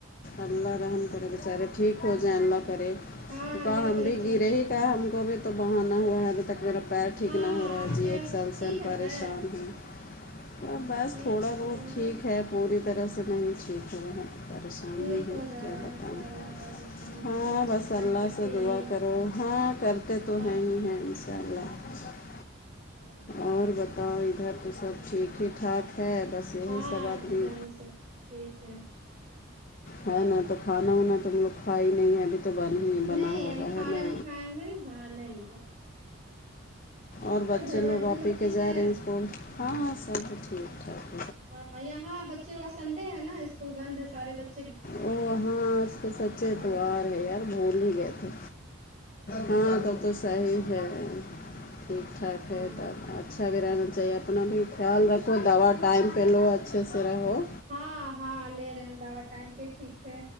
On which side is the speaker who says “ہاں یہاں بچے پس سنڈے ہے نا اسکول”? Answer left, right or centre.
Right